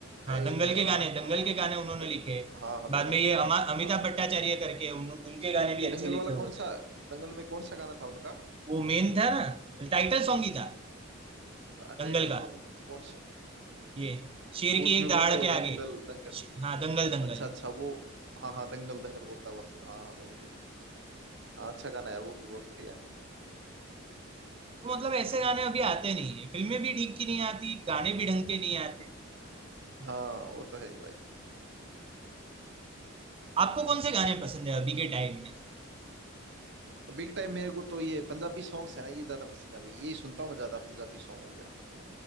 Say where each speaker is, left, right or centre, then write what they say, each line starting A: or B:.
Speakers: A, on the right; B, on the right.
A: हाँ
B: है
A: दंगल
B: ये जंगल
A: के
B: वाला
A: गाने दंगल
B: हाँ हाँ
A: के गाने उन्होंने
B: ये द,
A: लिखे हैं।
B: हाँ हाँ
A: बाद
B: दंगल
A: में ये अमा- अमिताभ
B: हाँ
A: भट्टाचार्य करके उन, उनके गाने भी
B: दंगल
A: अच्छे लिखे
B: वाला
A: हुए
B: कौन
A: थे
B: सा दंगल में कौन सा गाना था उनका
A: वो मेन था ना टाइटल सॉन्ग ही था
B: टा-
A: दंगल
B: Title
A: का
B: song कौन
A: ये शेर की
B: उसमें
A: एक दहाड़
B: बोलता वो
A: के
B: दंगल
A: आगे
B: दंगल
A: श- हाँ दंगल दंगल
B: अच्छा अच्छा वो हाँ
A: हाँ
B: हाँ दंगल दंगल बोलता हुआ सुना हाँ हाँ, वही वही हाँ, अच्छा गाना है यार वो भी बहुत बढ़िया है
A: तो मतलब ऐसे गाने अभी आते नहीं है फिल्में भी ठीक की नहीं आती गाने भी ढंग के नहीं आते
B: हाँ वो तो है ही भाई
A: आपको कौन से गाने पसंद है अभी के टाइम में
B: बिग टाइम मेरे को तो ये पंजाबी सॉन्ग्स है ना ये ज्यादा पसंद है भाई यही सुनता हूँ मैं ज्यादा पंजाबी सॉन्ग वगैरह